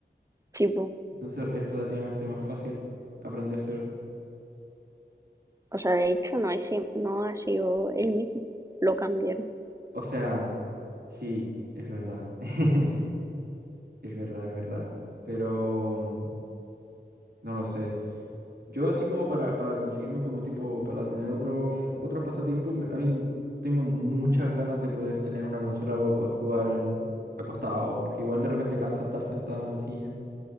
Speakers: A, on the right; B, on the right.
A: tipo.
B: Entonces es relativamente más fácil aprendérselo.
A: O sea, de hecho no es, siem- no ha sido el mismo, lo cambiaron.
B: O sea, sí, es verdad. <laughs> Es verdad, es verdad. Pero no lo sé. Yo así como para, para conseguirme como tipo, para tener otro, otro pasatiempo, me- a mí tengo muchas ganas de poder tener una consola para poder jugar en acostado, porque igual de repente cansa estar sentado en la silla.